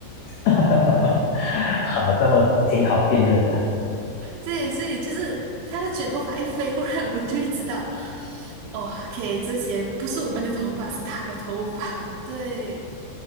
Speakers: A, on the left (about 80°); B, on the right (about 80°).
A: <laughs> 哈哈哈好，那么挺好辩论的。
B: 对，所以就是他的卷头发一飞过来，我们就会知道，哦，OK，这些不是我们的头发，是他的头发。对，